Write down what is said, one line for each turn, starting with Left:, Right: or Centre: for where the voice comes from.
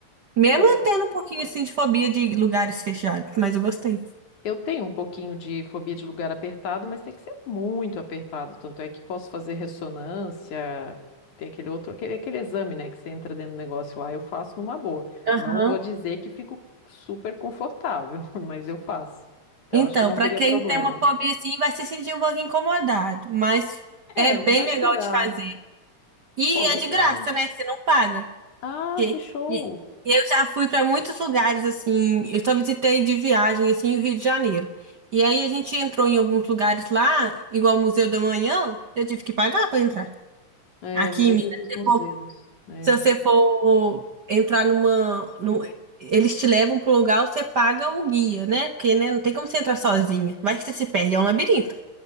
Right: Mesmo
Left: é,
Right: eu tendo um pouquinho assim de fobia de lugares fechados, mas eu gostei.
Left: Eu tenho um pouquinho de fobia de lugar apertado, mas tem que ser muito apertado. Tanto é que posso fazer ressonância, tem aquele outro, aquele, aquele exame, né, que você entra dentro do negócio lá, eu faço numa boa.
Right: Aham.
Left: Não vou dizer que fico super confortável, <laughs> mas eu faço. Então
Right: Então,
Left: acho que não
Right: para
Left: teria
Right: quem
Left: problema.
Right: tem uma fobia assim, vai se sentir um pouco incomodado, mas
Left: É,
Right: é bem
Left: mas acho
Right: legal
Left: que dá.
Right: de fazer. E
Left: Pô, legal.
Right: é de graça, né? Você não paga.
Left: Ah,
Right: Porque
Left: que show!
Right: e- eu já fui para muitos lugares assim, eu só visitei de viagem assim o Rio de Janeiro. E aí a gente entrou em alguns lugares lá, igual o Museu da Manhã, eu tive que pagar para entrar.
Left: É,
Right: Aqui
Left: a maioria
Right: em Minas,
Left: dos
Right: se
Left: museus.
Right: for-
Left: É.
Right: se você for entrar numa, num- eles te levam pro lugar, você paga o guia, né? Porque, né, não tem como você entrar sozinha. Vai que você se perde, é um labirinto.